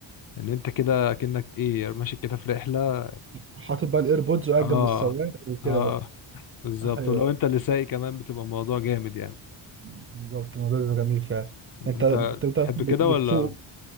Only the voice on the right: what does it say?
حاطط بقى الايربودز وقاعد
جنب السواق وكده
بقى
ايوه
بالظبط الموضوع بيبقى جميل فعلا انت
بتبقى
بتسوق